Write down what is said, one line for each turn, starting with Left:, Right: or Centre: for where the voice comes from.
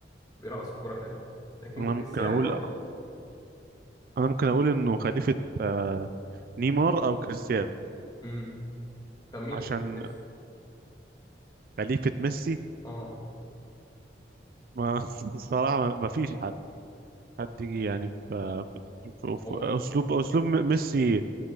Left: وبيرقص الكورة حلو لكن
Right: أنا
Left: كريستيانو
Right: ممكن اقول
Left: برضه
Right: انا ممكن اقول انه خليفه آه، نيمار او كريستيانو
Left: امم طب مين
Right: عشان
Left: خليفة ميسي؟
Right: خليفة ميسي
Left: اه
Right: ما <laughs> الصراحة ما ما فيش حد حد يجي يعني في في- في
Left: هو ممكن
Right: أسلوب أسلوب ميسي